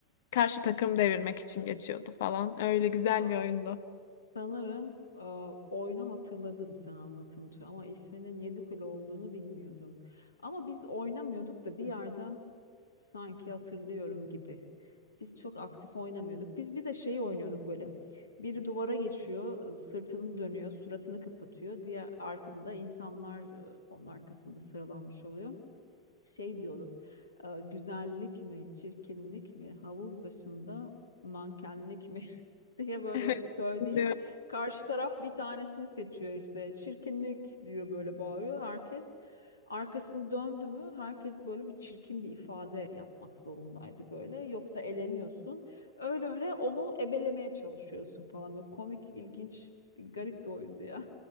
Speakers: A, on the left; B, on the left.
A: karşı takım devirmek için geçiyordu falan. Öyle güzel
B: Aa,
A: bir oyundu. <laughs>
B: Sanırım e, oyunu hatırladım sen anlatınca ama isminin Yedi Kule olduğunu bilmiyordum. Ama biz oynamıyorduk da bir yerden sanki hatırlıyorum gibi. Biz çok aktif oynamıyorduk. Biz bir de şey oynuyorduk böyle. Biri duvara geçiyor, sırtını dönüyor, suratını kapatıyor. Diğer arkada da insanlar e, onun arkasında sıralanmış oluyor. Şey diyordu. e, güzellik mi, çirkinlik mi, havuz başında mankenlik mi? diye böyle
A: Evet.
B: söyleyip
A: hatırlıyorum.
B: karşı taraf bir tanesini seçiyor işte. Çirkinlik diyor böyle bağırıyor herkes. Arkasını döndü mü herkes böyle bir çirkin bir ifade yapmak zorundaydı böyle. Yoksa eleniyorsun. Öyle öyle onu ebelemeye çalışıyorsun falan. Böyle komik, ilginç, bir garip bir oyundu ya.